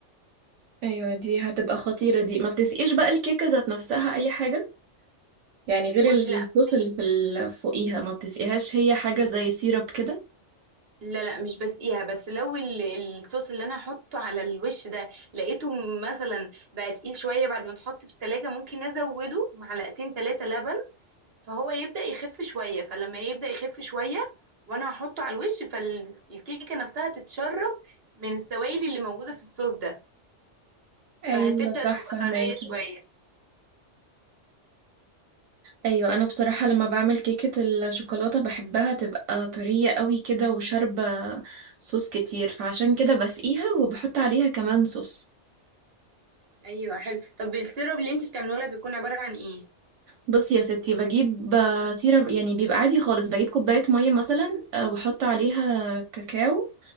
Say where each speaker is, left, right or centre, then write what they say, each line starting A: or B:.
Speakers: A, on the right (about 80°); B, on the right (about 55°).
A: ايوه دي هتبقى خطيرة دي ما بتسقيش بقى الكيكة ذات نفسها اي حاجة يعني غير
B: بصي لا
A: الصوص
B: مش
A: اللي في ال- فوقيها ما بتسقيهاش هي حاجة زي سيرب كده
B: لا لا مش بسقيها بس لو ال- الصوص اللي انا هحطه على الوش ده لقيته مثلا بقى تقيل شويه بعد ما اتحط في التلاجة ممكن ازوده معلقتين ثلاثه لبن فهو يبدأ يخف شويه فلما يبدأ يخف شويه وانا هحطه على الوش فالكيكه نفسها تتشرب من السوائل اللي موجوده في الصوص ده
A: ايوه
B: فهتبدأ
A: صح
B: تبقى
A: فهماكي
B: طريه شويه
A: ايوه انا بصراحه لما بعمل كيكه الشوكولاته بحبها تبقى طريه قوي كده وشاربه صوص كتير فعشان كده بسقيها وبحط عليها كمان صوص
B: ايوه حلو طب السيرب اللي انت بتعمله لها بيكون عباره عن ايه
A: بصي يا ستي بجيب آه، سيرة يعني بيبقى عادي خالص بجيب كوبايه ميه مثلا آه، واحط عليها كاكاو